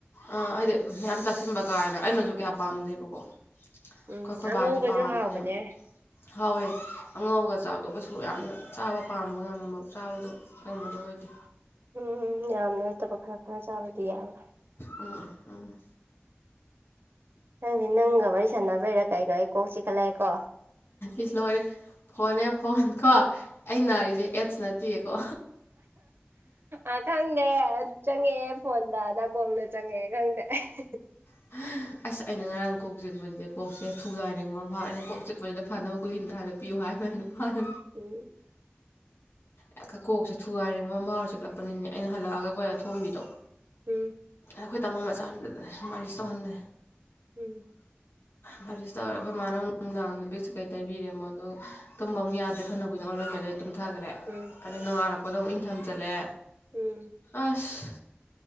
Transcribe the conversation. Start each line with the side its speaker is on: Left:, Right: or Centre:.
Left: ꯑꯥ ꯍꯥꯏꯗꯤ ꯌꯥꯝ ꯆꯥꯁꯤꯟꯕ ꯀ꯭ꯔꯥꯅ ꯑꯩꯅꯖꯨ ꯀꯌꯥ ꯄꯥꯝꯗꯦꯕꯀꯣ
Right: ꯎꯝ
Left: ꯈꯣ ꯈꯣꯏ
Right: ꯑꯉꯧꯕꯁꯨ
Left: ꯕꯥꯗꯤ ꯄꯥꯝꯕꯅꯦꯟꯌꯐ
Right: ꯍꯥꯎꯕꯅꯦ
Left: ꯍꯥꯎꯋꯦ ꯑꯉꯥꯎꯒ ꯆꯥꯕꯗꯣ ꯀꯩꯁꯨ ꯌꯥꯝꯅ ꯆꯥꯕ ꯄꯥꯝꯕ ꯉꯝꯕ ꯆꯥꯕꯗꯨ ꯇꯝꯕꯗꯣ ꯑꯣꯏꯗꯦ
Right: ꯎꯝ ꯌꯥꯝꯅ ꯅꯠꯇꯕ ꯈꯔ ꯈꯔ ꯆꯥꯕꯗꯤ ꯌꯥꯕꯥ
Left: ꯎꯝ ꯎꯝ
Right: ꯈꯪꯗꯦ ꯅꯪꯒ ꯋꯥꯔꯤ ꯁꯥꯟꯅꯕꯩꯔꯥ ꯀꯩꯅꯣ ꯑꯩ ꯀꯣꯛ ꯆꯤꯛ ꯈꯠꯂꯛꯑꯦꯀꯣ
Left: ꯏꯁ ꯂꯣꯏꯔꯦ ꯐꯣꯟꯅꯦ ꯐꯣꯟ ꯀꯣ ꯑꯩ ꯅꯥꯔꯤꯖꯦ ꯑꯦꯠꯁ ꯅꯠꯇꯤꯌꯦꯀꯣ
Right: ꯑ ꯈꯪꯗꯦ ꯆꯪꯉꯛꯑꯦ ꯐꯣꯟꯗ ꯅꯥꯀꯣꯡꯗ ꯆꯪꯉꯛꯑꯦ ꯈꯪꯗꯦ ꯑꯦ ꯍꯦ ꯍꯦ
Left: <unintelligible> ꯑꯁ ꯑꯩꯅ ꯉꯔꯥꯡ ꯀꯣꯛ ꯆꯤꯛꯄꯁꯤ ꯀꯣꯛꯁꯦ ꯊꯨꯒꯥꯏꯅꯤꯡꯕ ꯑꯝ ꯐꯥꯎꯏ ꯑꯩꯅ ꯀꯣꯛ ꯆꯤꯛꯄꯁꯤꯗ ꯐꯅꯕ ꯒꯨꯂꯤ ꯑꯝꯇ ꯍꯥꯅ ꯄꯤꯌꯨ ꯍꯥꯏꯕ ꯅꯨꯄꯥꯗ
Right: ꯎꯝ
Left: ꯍꯦ ꯈ ꯀꯣꯛꯁꯦ ꯊꯨꯒꯥꯏꯅꯤꯡꯕꯦ ꯃꯥ ꯌꯥꯎꯔ ꯆꯤꯛꯂꯛꯄꯅꯤꯅꯦ ꯑꯩꯅ ꯍꯜꯂꯛꯑꯒ ꯑꯈꯣꯏ ꯑꯗꯣꯝꯕꯤꯗꯣ
Right: ꯎꯝ
Left: ꯑꯈꯣꯏ ꯇꯃꯣ ꯃꯆꯥ ꯗ ꯃꯥꯂꯤꯁ ꯇꯧꯍꯟꯕꯅꯦ
Right: ꯎꯝ
Left: ꯃꯥꯂꯤꯁ ꯇꯧꯔꯦ ꯑꯈꯣꯏ ꯃꯥꯅ ꯑꯃꯨꯛ ꯅꯨꯡꯗꯥꯡꯗ ꯕꯤꯛꯁ ꯀꯩ ꯇꯩꯕꯤꯔꯦ ꯃꯣꯟꯗꯣ ꯇꯨꯝꯕ ꯑꯃꯨꯛ ꯌꯥꯗ꯭ꯔꯦ ꯐꯅ ꯀꯨꯏꯅ ꯑꯣꯟꯂꯝꯃꯦ ꯑꯗꯩ ꯇꯨꯝꯊꯈ꯭ꯔꯦ
Right: ꯎꯝ
Left: ꯑꯗꯨ ꯅꯣꯡꯉꯥꯜꯂꯛꯄꯗ ꯑꯃꯨꯛ ꯏꯪꯊꯝ ꯆꯜꯂꯦ
Right: ꯎꯝ
Left: ꯑꯁ